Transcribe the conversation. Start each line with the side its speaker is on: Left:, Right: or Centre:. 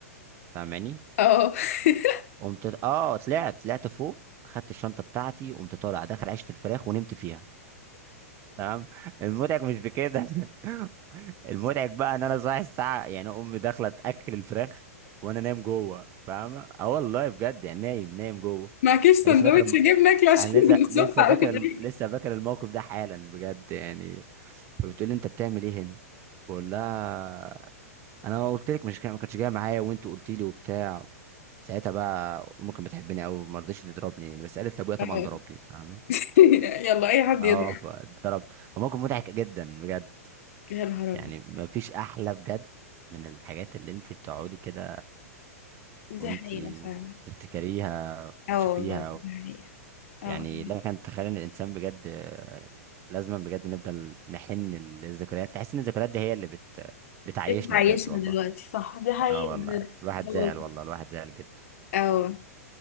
Right: فاهماني
Left: اه <laughs>
Right: قمت اه طلعت طلعت فوق خدت الشنطه بتاعتي قمت طالع داخل عشه الفراخ ونمت فيها تمام المضحك مش بكده <laughs> المضحك بقى ان انا صاحي الساعه يعني امي داخله تاكل الفراخ وانا نايم جوه فاهمه اه والله بجد يعني نايم نايم جوه
Left: معكيش سندوتش
Right: يعني لسه فاكر الم-
Left: جبنة اكل عشان
Right: انا لسه
Left: الصبح
Right: لسه
Left: أوي.
Right: فاكر الم- لسه فاكر الموقف ده حالا بجد يعني فبتقول لي انت بتعمل ايه هنا بقول لها انا قلت لك مش كان- ما كانتش جايه معايا وانت قلت لي وبتاع ساعتها بقى امي كانت بتحبني قوي ما رضتش تضربني يعني بس قالت لابويا طبعا
Left: آه.
Right: ضربني فاهمه
Left: <laughs> يلا اي حد
Right: اه
Left: يضرب
Right: فضربت وموقف مضحك جدا بجد
Left: يا نهار ابيض
Right: يعني ما فيش احلى بجد من الحاجات اللي انت بتقعدي كده
Left: دي
Right: وانت
Left: حقيقة فعلا
Right: تفتكريها
Left: اه
Right: وتشوفيها
Left: والله دي حقيقة اه
Right: يعني
Left: والله.
Right: لا كان تخيل ان الانسان بجد يعني لازم بجد نفضل نحن للذكريات تحس ان الذكريات دي هي اللي بت بتعيشنا
Left: انت عايشنا
Right: بجد والله
Left: دلوقتي صح دي حقيقة
Right: اه والله
Left: بجد.
Right: الواحد
Left: اه والله.
Right: زعل والله الواحد زعل جدا
Left: اه